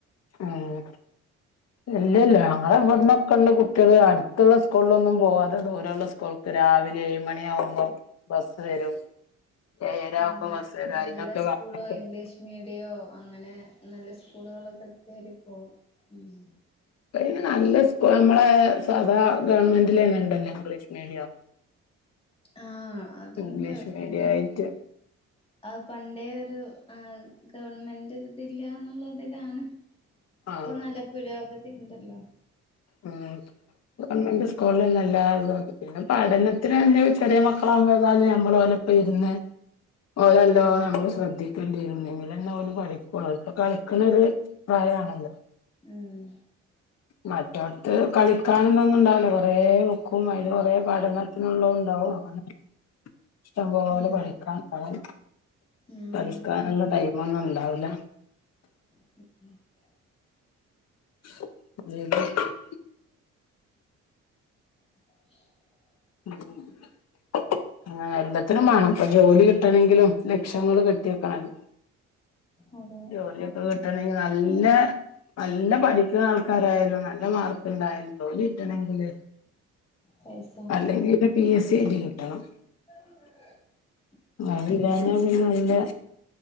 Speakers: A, on the left; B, on the left.
A: ആഹ്. ഇല്ല ല്ല്യാ. ഞങ്ങളെ ഇവട്ന്നൊക്കെള്ള കുട്ടിയേള് അടുത്തുള്ള സ്കൂളിലൊന്നും പോവാതെ ദൂരള്ള സ് കൂൾക്ക് രാവിലെ ഏഴ് മണി ആകുമ്പം ബസ്സ് വരും. ഏയരാവുമ്പോ
B: ആഹ് ന
A: ബസ്സ് വരും
B: നല്ല
A: അയിനൊക്കെ
B: സ്കൂളോ
A: <unintelligible>
B: ഇംഗ്ലീഷ് മീഡിയോ അങ്ങനെ നല്ല സ്കൂളുകളൊക്ക തേടി പോവും ഉം.
A: ഇപ്പയ്ന് നല്ല സ്കൂ നമ്മളെ സാദാ ഗവൺമെന്റിലെന്നെ ഇണ്ടല്ലോ ഇംഗ്ലീഷ് മീഡിയം.
B: ആഹ് അത്ണ്ട്
A: ഇംഗ്ലീഷ് മീഡിയം
B: പിന്നെ
A: ആയിട്ട്
B: അത് പണ്ടേ ഒരു ആഹ് ഗവൺമെന്റ് ഒര്തില്ല്യാന്ന്ള്ളെ ഇതിലാണ്.
A: ആഹ്
B: ഇപ്പം നല്ല പുരോഗതി ഇണ്ടല്ലോ.
A: ഉം ഗവൺമെന്റ് സ്കൂളിലെന്നെ എല്ലാതൂണ്ട്. പിന്നെ പഠനത്തിനെന്നെ ചെറിയ മക്കളാകുമ്പം ഏതാലും ഞമ്മള് ഓലപ്പം ഇരുന്ന്. ഓലെ നല്ലോ
B: ഉം
A: ഞമ്മള് ശ്രദ്ധിക്കേണ്ടിവരും. എന്നെങ്കിലേ ഓല് പഠിക്കോള്ളു ഓല് ഇപ്പ കളിക്ക്ണൊര് പ്രായാണല്ലോ.
B: ഉം.
A: മറ്റോട്ത്ത് കളിക്കാന് എന്നൊന്നും ഉണ്ടാവൂലാ കൊറേ ബുക്കും അതില് കൊറെ പഠനത്തിനുള്ളതും ഇണ്ടാവും അങ്ങനെ ഇഷ്ടംപോലെ
B: ഉം ഉം
A: പഠിക്കാൻ <unintelligible>
B: ഉം
A: പഠിക്കാനുള്ള
B: അതെ
A: ടൈമൊന്നും ഉണ്ടാവൂല.
B: <unintelligible>
A: <unintelligible>
B: <unintelligible>
A: ഉം <unintelligible> ആഹ് എല്ലത്തിനും മാണം ഇപ്പം ജോലി കിട്ടണങ്കിലും ലക്ഷങ്ങള് കെട്ടി വെക്കണല്ലോ.
B: അതെ
A: ജോലിയൊക്കെ കിട്ടണെങ്കി നല്ല നല്ല പഠിക്ക്ണ ആൾക്കാരായാലും നല്ല മാർക്ക് ണ്ടായാലും ജോലി കിട്ടണെങ്കില്
B: പൈസ്
A: അല്ലെങ്കി പിന്നെ പി എസ് സി എഴുതി കിട്ടണം.
B: ആ <unintelligible>
A: അതില്ലാഞ്ഞാ പിന്നേ നല്ലെ